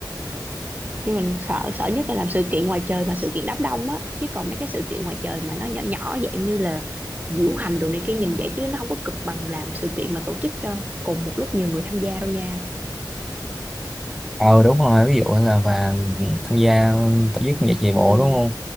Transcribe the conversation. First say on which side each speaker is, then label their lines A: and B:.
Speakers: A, on the right (about 20°); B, in the centre.
A: nhưng mình sợ sợ nhất là làm sự kiện ngoài trời mà sự kiện đám đông á chứ còn mấy cái sự kiện ngoài trời mà nó nhỏ nhỏ dạng như là diễu hành đồ này kia nhìn vậy chứ nó không có cực bằng làm sự kiện mà tổ chức cho cùng một lúc nhiều người tham gia đâu nha
B: ờ đúng rồi ví dụ là và tham gia tổ chức giải chạy bộ
A: ừ,
B: đúng không